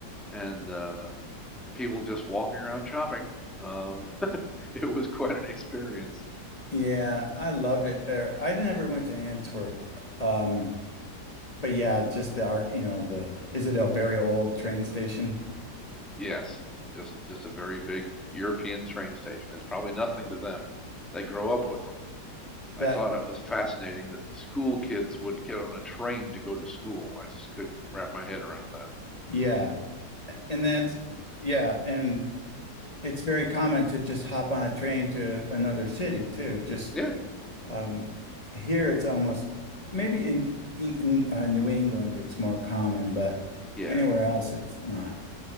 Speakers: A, in the centre; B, on the left (about 25°).
A: and uh, and people just walking around shopping. Um, <laughs> it was quite an experience.
B: Yeah, I love it there. I never went to Antwerp. Um, but yeah, just the art, you know, the is it a very old train station?
A: Yes, just just a very big European train station. It's probably nothing to them. They grow up with them. I
B: That
A: thought it was fascinating that school kids would get on a train to go to school. I just couldn't wrap my head around that.
B: yeah. And that's yeah, and it's very common to just hop on a train to another city too. Just
A: Yeah,
B: um here it's almost maybe in in, in uh, New England it's more common, but
A: yeah,
B: anywhere else it's not.